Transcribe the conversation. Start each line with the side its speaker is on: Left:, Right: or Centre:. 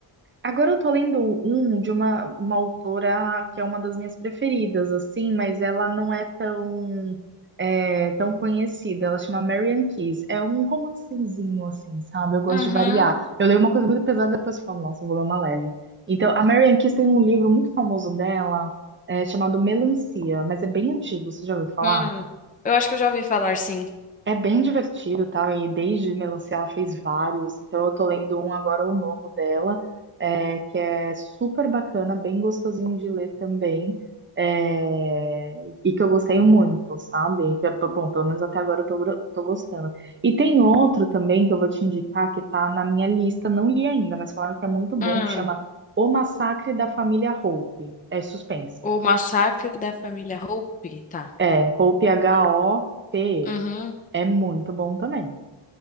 Right: Agora eu tô lendo um de uma, uma autora que é uma das minhas preferidas, assim, mas ela não é tão, é, tão conhecida. Ela chama Marian Keyes. É um romancezinho, assim, sabe? Eu gosto
Left: Uhum.
Right: de variar. Eu leio uma coisa muito pesada, depois eu falo, nossa, eu vou ler uma leve. Então, a Marian Keyes tem um livro muito famoso dela, é, chamado Melancia, mas é bem antigo, você já ouviu falar?
Left: Hum, eu acho que eu já ouvi falar, sim.
Right: É bem divertido, tal, e desde Melancia ela fez vários, então eu tô lendo um agora, o novo dela, é, que é super bacana, bem gostosinho de ler também, é, e que eu gostei muito, sabe? Que eu- Bom, pelo menos até agora eu tô, gro- tô gostando. E tem outro também que eu vou te indicar, que tá na minha lista, não li ainda, mas falaram que é muito bom,
Left: Hum,
Right: que chama O Massacre da Família Hope, é suspense.
Left: o massacre da família Hope, tá.
Right: É, Hope, H-O-P-E,
Left: Uhum.
Right: é muito bom também.